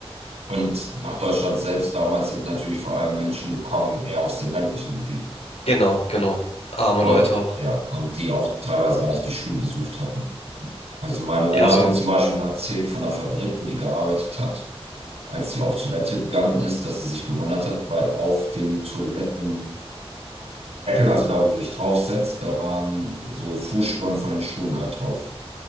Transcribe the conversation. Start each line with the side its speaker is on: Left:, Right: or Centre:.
Right: und nach Deutschland selbst damals sind natürlich vor allem Menschen gekommen, eher aus dem ländlichen Gebiet.
Left: Genau, genau. Arme
Right: Und,
Left: Leute auch.
Right: ja, und die auch teilweise gar nicht die Schule besucht hatten. Also meine Oma
Left: Ja, so,
Right: hat mir zum Beispiel mal erzählt von der Fabrik, wo die gearbeitet hat, als sie auf Toilette gegangen ist, dass sie sich gewundert hat, weil auf dem Toilettendeckel, also da, wo du dich draufsetzt, da waren so Fußspuren von den Schuhen halt drauf.